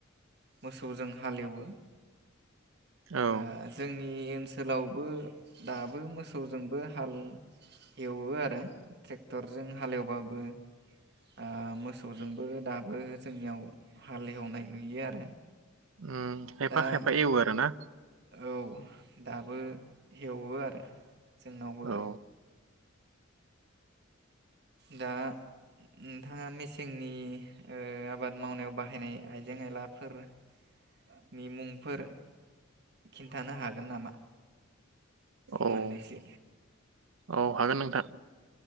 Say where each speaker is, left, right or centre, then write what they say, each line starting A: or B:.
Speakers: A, on the right; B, on the right.
A: मोसौजों हालेवो।
B: औ ओं
A: ओ जोंनि ओनसोलावबो दाबो मोसौजोंबो हाल एवो आरो ट्रेक्टरजों हालेवबाबो ओ मोसौजोंबो दा बो जोंनियाव हालेवनाय नुयो आरो
B: उम खायफा
A: दा
B: खायफा एवो आरो ना
A: औ दाबो हेवो आरो। जोंनावबो
B: औ
A: दा नोंथाङा मेसेंनि ओ आबाद मावनायाव बाहायनाय आइजें आयलाफोर-नि मुंफोर खिन्थानो हागोन नामा?
B: औ औ
A: मोननैसो
B: औ हागोन नोंथां।